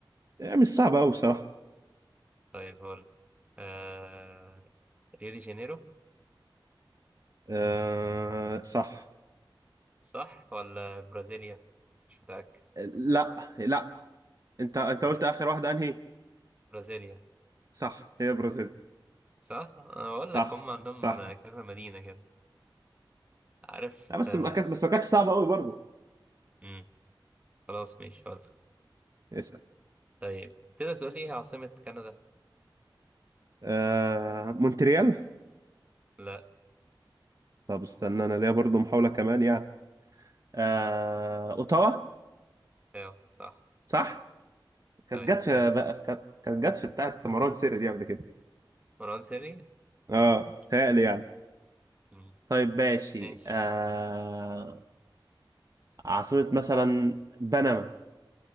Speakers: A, on the right (about 45°); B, on the right (about 15°).
A: يعني مش صعب أوي بصراحة
B: طيب هقول آه. ريو دي جانيرو
A: آه صح
B: صح ولا برازيليا؟ مش متأكد
A: لا لا أنت أنت
B: مش
A: قلت آخر واحدة أنهي
B: برازيليا
A: صح هي برازيل
B: صح؟ أنا بقول
A: صح
B: لك هم عندهم
A: صح
B: كذا مدينة كده عارف
A: لا بس
B: آه.
A: ما كانت بس ما كانتش صعبة أوي برضه
B: مم. خلاص ماشي هقول لك
A: اسأل
B: طيب تقدر تقول لي إيه عاصمة كندا؟
A: آه مونتريال
B: لا
A: طب استنى أنا ليا برضو محاولة كمان يعني آه... أوتاوا
B: أيوه صح
A: صح كانت
B: طيب
A: جت في
B: اسم
A: بقى كانت كانت جت في بتاعة مروان سيري دي قبل كده
B: مروان سري؟
A: اه
B: اه
A: تهيألي يعني
B: مم.
A: طيب ماشي
B: ماشي
A: آه... عاصمة مثلا بنما